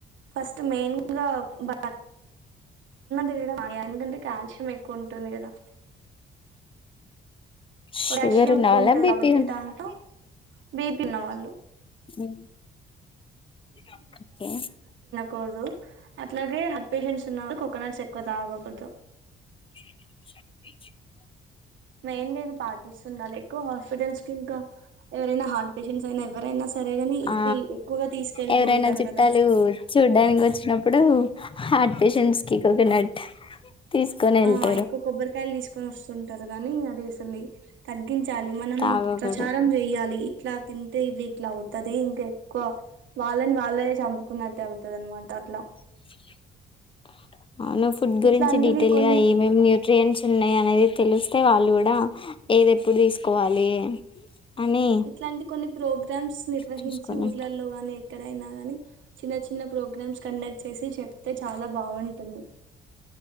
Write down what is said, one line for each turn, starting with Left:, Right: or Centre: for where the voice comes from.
Right: ఫస్ట్ మెయిన్గా బ తిడం మ ఎందుకంటే కాల్షియం ఎక్కువ ఉంటుంది కదా పొటాషియం
Left: షుగర్ ఉన్న
Right: ఎక్కువ
Left: వాళ్ళ
Right: ఉంటది
Left: బీపీ
Right: కాబట్టి
Left: ఉన్న
Right: దాంట్లో బీ పి ఉన్నవాళ్లు
Left: హ్మ్ ఓకే
Right: కోదు అట్లాగే హార్ట్ పేషెంట్స్ ఉన్న కోకోనట్స్ ఎక్కువ తాగకూడదు
Left: <inaudible>
Right: మెయిన్ గా ఇది పాటిస్తుండాలా ఎక్కువ హాస్పిటల్స్ ఇంకా ఎవరైనా హార్ట్ పేషెంట్స్ అయినా ఎవరైనా సరేగాని ఇవి
Left: ఆ
Right: ఎక్కువగా తీసుకెళ్తూ
Left: ఎవరైనా
Right: ఉంటారు
Left: చుట్టాలు
Right: కదా
Left: చూడ్డానికి వచ్చినప్పుడు హార్ట్ పేషెంట్స్కి కోకోనట్ తీసుకొని వెళ్తా
Right: ఆ ఎక్కువ కొబ్బరకాయలు తీస్కునొస్తుంటారు కానీ అది అసలీ తగ్గించాలి మన
Left: తాగకూడదు
Right: ప్రచారం చెయాలి ఇట్లా తిన్ వీట్ల అవుతది ఇంకా ఎక్కువ వాళ్ళని వాళ్ళే చంపుకున్నట్టే అవుతది అనమాట అట్లా
Left: <inaudible> అవును ఫుడ్ గురించి
Right: ఇట్లాంటివి
Left: డీటెయిల్
Right: కొన్ని
Left: గా ఏమేమి న్యూట్రియన్స్ ఉన్నాయి అనేది తెలిస్తే వాళ్ళు కూడా ఏది ఎప్పుడు తీసుకోవాలి అని
Right: ఇట్లాంటి కొన్ని ప్రోగ్రామ్స్ నిర్వహించి
Left: చూసుకోని
Right: ఊర్లల్లో గాని ఎక్కడైనా గాని చిన్న చిన్న ప్రోగ్రామ్స్ కండక్ట్ చేసి చెప్తే చాలా బాగుంటుంది